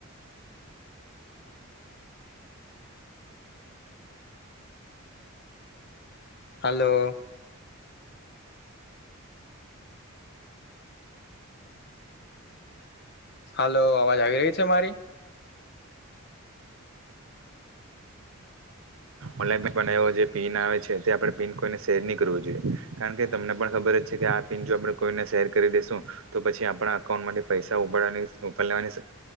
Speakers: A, on the left (about 50°); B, on the right (about 65°).
A: હાલો. હાલો અવાજ આવી રહી છે મારી?
B: ઓનલાઈન પણ એ જે પીન આવે છે તે આપણે પિન કોઈને શેર નહી કરવો જોઈએ. કારણ કે તમને પણ ખબર જ કે આ પિન જો આપણે કોઈને શેર કરી દેેશું તો પછી આપણા અકાઉન્ટ માથી પૈસા ઉપડવાની ઉપડ લેવાની